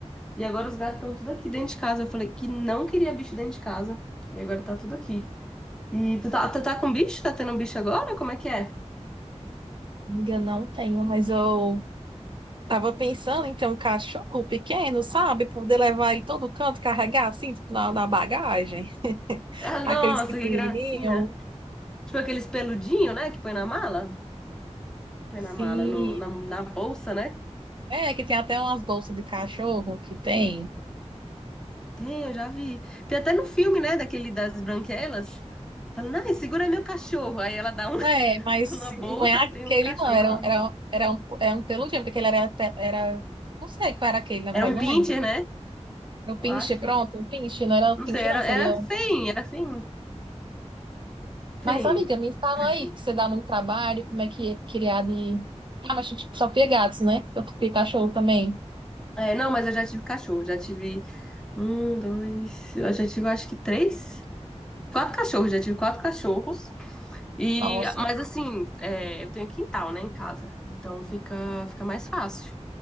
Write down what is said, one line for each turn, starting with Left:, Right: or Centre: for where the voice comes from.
Centre: E agora os gatos estão tudo aqui dentro de casa. Eu falei que não queria bicho dentro de casa. E agora tá tudo aqui. E tu tá, tu tá com bicho? Tá tendo um bicho agora? Como é que é?
Right: Amiga, não tenho, mas eu tava pensando em ter um cachorro pequeno, sabe? Poder levar ele todo canto, carregar assim, tipo, na, na bagagem.
Centre: Ah,
Right: Aqueles
Centre: nossa,
Right: pequenininhos.
Centre: que gracinha. Tipo aqueles peludinhos, né? Que põe na mala? Põe
Right: Sim.
Centre: na mala, no, na, na bolsa, né?
Right: É, que tem até umas bolsas de cachorro que tem.
Centre: Tem, eu já vi. Tem até no filme, né? Daquele das branquelas. Falando, ai, segura meu cachorro. Aí ela dá um- <laughs>
Right: É, mas
Centre: uma
Right: não
Centre: bolsa,
Right: é aquele,
Centre: aí tem um cachorro
Right: não. Era,
Centre: lá.
Right: um- era, um- era um, era um peludinho, porque ele era, até- era. Não sei qual era aquele, na verdade,
Centre: Era um
Right: não
Centre: pincher,
Right: lembro.
Centre: né?
Right: Era o
Centre: Eu
Right: pinche,
Centre: acho.
Right: pronto, o pinche, não era o
Centre: Não
Right: pinche,
Centre: sei, era,
Right: não, seria.
Centre: era feinho, era feinho. Feinho.
Right: Mas, amiga, me fala
Centre: Tadinho.
Right: aí que você dá muito trabalho, como é que é criar de. Ah, mas tipo, só ter gatos, né? Eu ter cachorro também.
Centre: É, não, mas eu já tive cachorro. Já tive um, dois. Eu já tive, acho que três. Quatro cachorros, já tive quatro cachorros. E,
Right: Nossa,
Centre: mas assim, é, eu tenho quintal, né, em casa. Então fica, fica mais fácil.